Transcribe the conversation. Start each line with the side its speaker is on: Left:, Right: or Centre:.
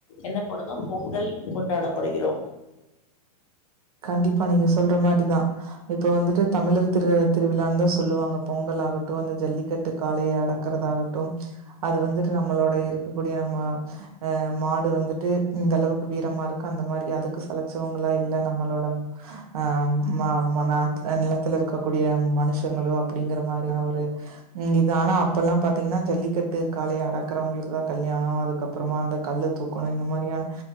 Left: என்ன பண்ணதோ பொங்கல் கொண்டாடப்படுகிறோ
Right: கண்டிப்பா நீங்க சொல்ற மாரி தா இப்ப வந்துட்டு தமிழர் திரு திருவிழான்னு தா சொல்லுவாங்க பொங்கலாகட்டு இந்த ஜல்லிக் கட்டு காளைய அடக்கறதாகட்டு அது வந்துட்டு நம்மளோட இருக்கக்கூடிய நம்ம அ மாடு வந்துட்டு இந்த அளவுக்கு வீரமாருக்கு அந்த மாரி அதுக்கு செலச்சவங்களா இல்லன்னா நம்மளோட அ மா நம்ம நாட்ல நிலத்துல இருக்கக்கூடிய மனுஷங்களோ அப்டிங்கிற மாரியான ஒரு நீங்க இதானா அப்பலா பாத்தீங்கன்னா ஜல்லிக்கட்டு காளைய அடக்கறவங்களுக்கு தா கல்யாணோ அதுக்கப்பறமா அந்த கல்லு தூக்கணு இந்த மாரியான